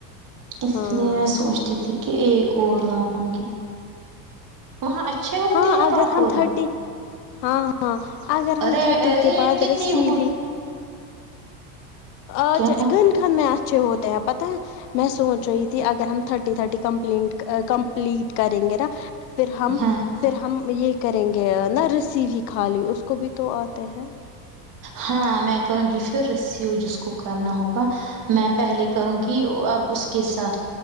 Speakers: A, on the right; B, on the left.
A: اس
B: ہاں
A: لیے میں سوچتی تھی کہ ایک اور لاؤں گی وہاں اچھے ہوتے
B: ہاں
A: ہیں
B: اگر
A: پاپور
B: ہم تھرٹی
A: میں
B: ہاں ہاں اگر ہم
A: ارے
B: تھرٹی کے
A: ریٹ
B: بعد
A: کتنی
B: رسی
A: ہو
B: بھی آج
A: کیا
B: گند کان میں اچھے ہوتے ہیں پتہ ہے میں سوچ رہی تھی اگر ہم تھرٹی تھرٹی کمپ کمپلیٹ کریں گے نا پھر ہم
A: ہاں
B: پھر ہم یہ کریں گے نہ رسیو ہی خالی اس کو بھی تو آتے ہیں
A: ہاں میں کروں گی پھر رسیو جس کو کرنا ہوگا میں پہلے کروں گی اب اس کے ساتھ